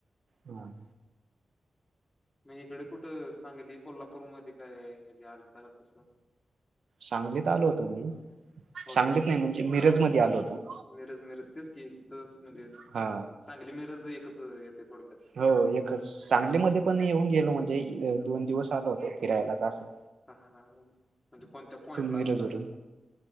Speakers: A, on the right (about 75°); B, on the left (about 30°).
A: हम,
B: मग इकडे कुठं, सांगली कोल्हापूर मध्ये काय? म्हणजे आलता का कसं?
A: सांगलीत आलो होतो मी,,
B: होय
A: सांगलीत
B: काय?
A: नाही म्हणजे मिरज मध्ये आलो होतो.
B: मिरज, मिरज तेच की,, तिथच म्हणजे.
A: हा,
B: सांगली मिरज एकच येतय थोडक्यातऽ
A: हो,, एकच,, सांगलीमध्ये पण येऊन गेलो म्हणजे दोन दिवस आलो होतो फिरायलाच असंऽ
B: हा, ह, हा म्हणजे कोणत्या पॉईंट ला
A: मिरजवरून
B: आलता?